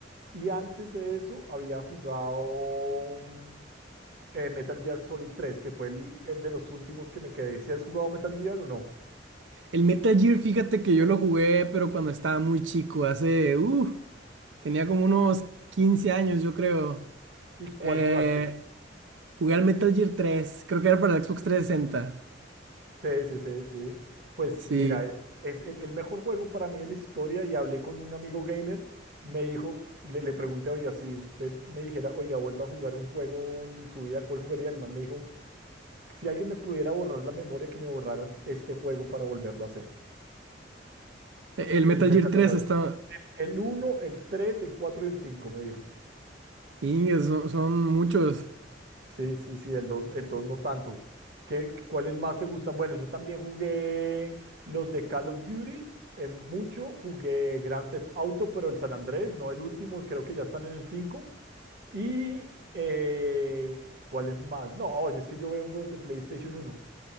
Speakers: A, on the right; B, on the right.
A: y antes de eso había jugado mm, eh, Metal Gear Solid tres, que fue el, el de los últimos que me quedé. ¿Si has jugado Metal Gear o no?
B: El Metal Gear, fíjate que yo lo jugué, pero cuando estaba muy chico, hace, uh, tenía como unos 15 años, yo creo.
A: ¿Y cuál
B: Eh,
A: jugaste?
B: jugué al Metal Gear 3, creo que era para el Xbox 360.
A: Sí, sí, sí, sí. Pues
B: Sí,
A: mira, es, es el, el mejor juego para mí de la historia y hablé con un amigo gamer, me dijo, le, le pregunté, oiga, si usted me dijera, oiga, vuelva a jugar un juego en su vida, ¿cuál jugaría? El man me dijo, si alguien me pudiera borrar la memoria, que me borraran este juego para volverlo a hacer.
B: E- el
A: El
B: Metal
A: Metal
B: Gear 3
A: Gear.
B: está.
A: El uno el tres el 4 y el cinco me dijo.
B: Iñes, son, son muchos.
A: Sí, sí, sí, el dos, el 2 no tanto. ¿Qué, cuáles más te gustan? Bueno, yo también jugué los de Call of Duty, en mucho jugué Grand Theft Auto, pero el San Andrés, no el último, creo que ya están en el 5. Y eh, ¿cuáles más? No, oye, es que yo vengo desde PlayStation uno.